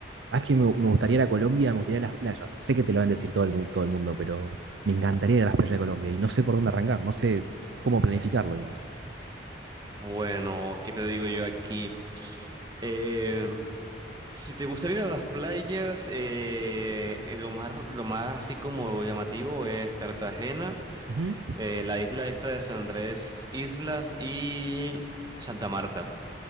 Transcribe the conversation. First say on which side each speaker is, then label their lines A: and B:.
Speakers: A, on the right; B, on the right.
A: ¿Sabes que me, me gustaría ir a Colombia? Me gustaría ir a las playas. Sé que te lo van a decir todo el, mu- todo el mundo, pero me encantaría ir a las playas de Colombia y no sé por dónde arrancar, no sé cómo planificarlo, digamos.
B: Bueno, ¿qué te digo yo aquí? Eh, Si te gustaría ir a las playas, eh, eh, lo más, lo más así como llamativo es Cartagena,
A: Ujú.
B: eh, la isla esta de San Andrés Islas y Santa Marta.